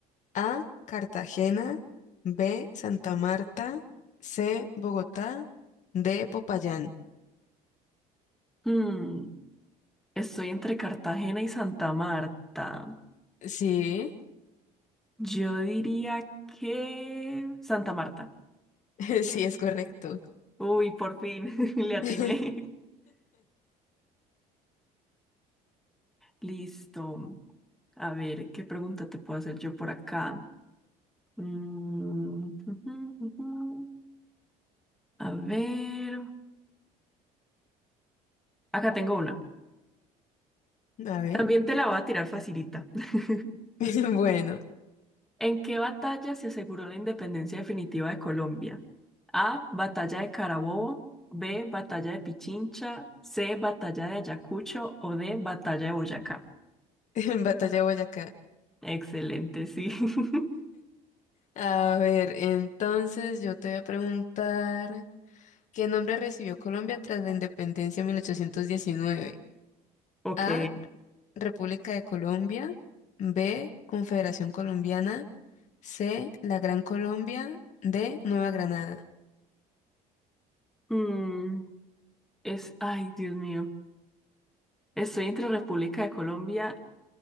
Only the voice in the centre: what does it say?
Hmm, estoy entre Cartagena y Santa Marta.
Yo diría que Santa Marta.
Uy, por fin, <laughs> le atiné.
Listo. A ver, ¿qué pregunta te puedo hacer yo por acá? Mm, ujú, ujú. A ver. Acá tengo una.
También te la voy a tirar facilita. <laughs>
¿En qué batalla se aseguró la independencia definitiva de Colombia? A. Batalla de Carabobo. B. Batalla de Pichincha. C. Batalla de Ayacucho. O D. Batalla de Boyacá.
Excelente, sí. <laughs>
Ok.
Mm, es, ay, Dios mío. Estoy entre República de Colombia